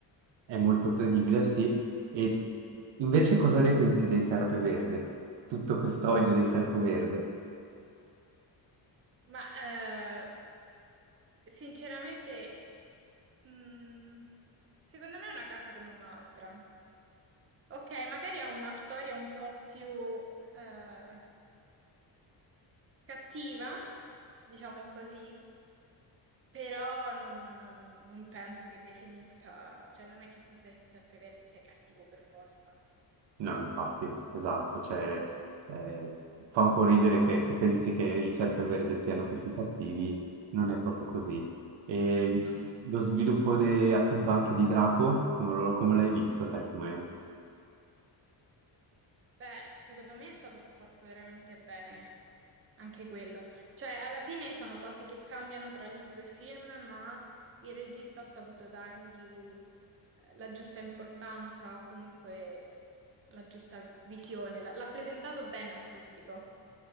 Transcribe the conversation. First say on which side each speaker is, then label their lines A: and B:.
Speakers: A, on the right; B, on the right.
A: è molto credibile, sì. E invece cosa ne pensi dei Serpeverde? Tutto questo odio dei Serpeverde?
B: Ma eh, Sinceramente, mm, secondo me è una casa come un'altra. Ok, magari ha una storia un po' più eh, cattiva, diciamo così, però non, non- non penso che definisca, cioè non è che se sei serpeverde sei cattivo per forza.
A: No, infatti, esatto, cioè, eh, fa un po' ridere che se pensi che i serpeverde siano
B: <clears throat>
A: tutti cattivi, non è proprio così. E
B: No.
A: lo sviluppo de- appunto anche di Draco, come, lo- come l'hai visto te, come...
B: Beh, secondo me è stato fatto veramente bene. Anche quello. Cioè, alla fine sono cose che cambiano tra libro e film, ma il regista ha saputo dargli eh, la giusta importanza o comunque la giusta visione. L- L'ha presentato bene al pubblico